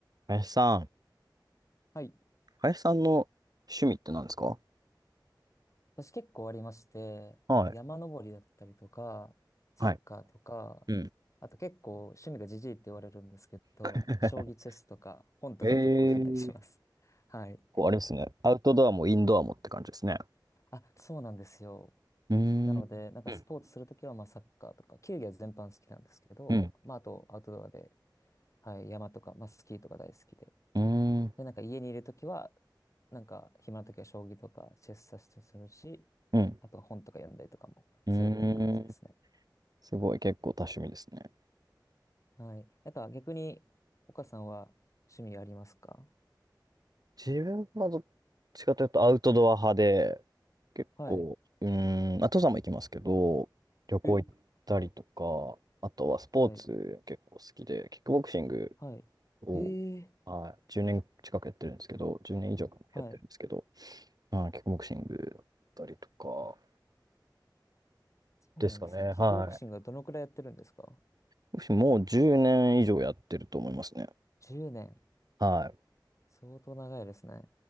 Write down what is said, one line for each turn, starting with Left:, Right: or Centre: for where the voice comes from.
Right: 林さん、
Left: はい。
Right: 林さんの趣味って何ですか
Left: 私結構ありまして、
Right: はい。
Left: あの、山登りだったりとか、サッカーとか、
Right: はい。うん。
Left: あと結構趣味がジジイって言われるんですけど、
Right: <laughs>
Left: 将棋チェスとか本とか結構読んだりします。
Right: えー、
Left: はい。
Right: こうあれですね。アウトドアもインドアもって感じですね。
Left: あ、そうなんですよ。
Right: うーん。
Left: なので、なんかスポーツするときはまあサッカーとか、
Right: うん。
Left: 球技は全般好きなんですけど、
Right: うん。
Left: まああとアウトドアで、はい、山とか、まあスキーとか大好きで。
Right: うん。
Left: で、なんか家にいるときは、なんか暇なときは将棋とかチェスさせてするし、
Right: うん。
Left: あとは本とか読んだりとかもするっていう感じですね。
Right: うんすごい、結構多趣味ですね。
Left: はい。なんか逆に、岡さんは趣味ありますか
Right: 自分はどっちかというとアウトドア派で、結構、
Left: はい。
Right: うーん、まあ、登山も行きますけど、旅行行ったりとか、
Left: え、
Right: あとはスポーツ結構好きで、
Left: はい。
Right: キックボクシング
Left: はい。
Right: を、
Left: ええ
Right: はい、10年近くやってるんですけど、10年以上かなやってるんですけど、
Left: はい。
Right: はい、キックボクシングだったりとか
Left: そうなんですね。
Right: ですかね。
Left: キックボクシングはどのくらいやってるんですか
Right: はい。ボクシングもう10年以上やってると思いますね。
Left: ?10 年。
Right: はい。
Left: 相当長いですね。